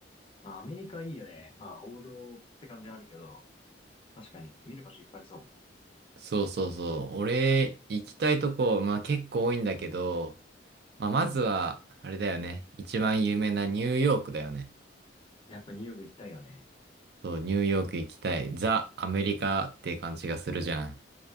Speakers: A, on the left; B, on the right.
A: まあ、アメリカいいよね。まあ、王道って感じはあるけど、確かに見る場所いっぱいありそ
B: そうそうそう。俺、行きたいとこ、まあ結構多いんだけど、まあまずは、
A: う。うん。
B: あれだよね。一番有名なニューヨークだよね。
A: やっぱニューヨーク行きたいよね。
B: そう、ニューヨーク行きたい。ザ・アメリカって感じがするじゃん。